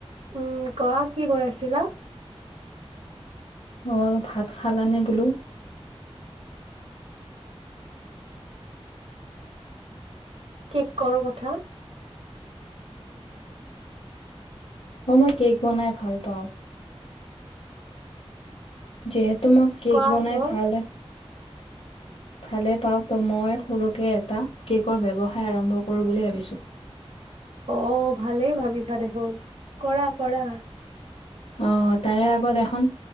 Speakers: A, on the right; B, on the left.
A: উম, কোৱা, কি কৈ আছিলা?
B: অ', ভাত খালানে বোলো?
A: কিকৰো কথা।
B: অ', মই কেক বনাই ভাল পাওঁ। যিহেতু মোক কেক
A: কোৱা
B: বনাই
A: আকৌ
B: ভাল ভালে পাওঁ ত' মই সৰুকে এটা কেকৰ ব্যৱসায় আৰম্ভ কৰোঁ বুলি ভাবিছোঁ।
A: অ', ভালেই ভাবিছা দেখোন, কৰা, কৰা।
B: অ', তাৰে আগত এখন